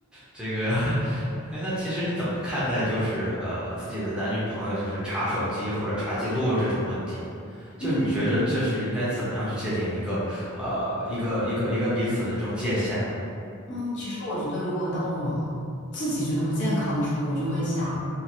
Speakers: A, in the centre; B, on the left.
A: 这个，哎，那其实你怎么看待就是呃自己的男女朋友就是查手机或者查记录这种问题？就是你觉着这是应该怎么样去界定一个呃一个一个一个彼此的这种界限吧？
B: 嗯，嗯，其实我觉得，如果当我自己觉得不健康的时候，我就会想，